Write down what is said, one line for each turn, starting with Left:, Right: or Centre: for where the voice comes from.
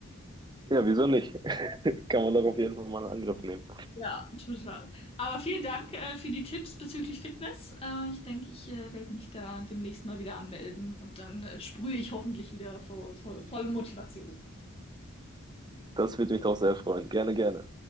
Right: Ja, wieso nicht? <laughs> Kann man doch auf jeden Fall mal einen Angriff nehmen.
Left: Ja, total. Aber vielen Dank äh, für die Tipps bezüglich Fitness. Äh, ich denke, ich äh, werde mich da demnächst mal wieder anmelden und dann äh, sprühe ich hoffentlich wieder vor, vor voller Motivation.
Right: Das würde mich doch sehr freuen. Gerne, gerne.